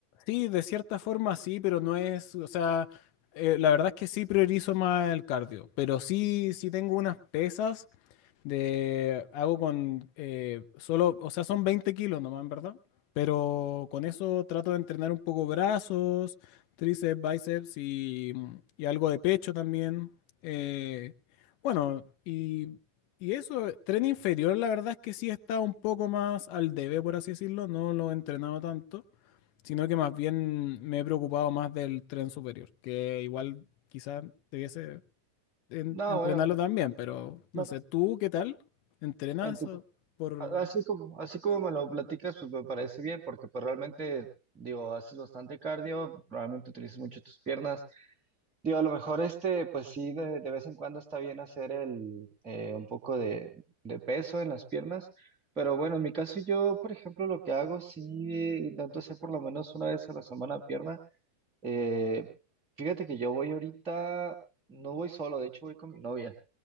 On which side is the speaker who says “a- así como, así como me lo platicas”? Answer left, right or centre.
Right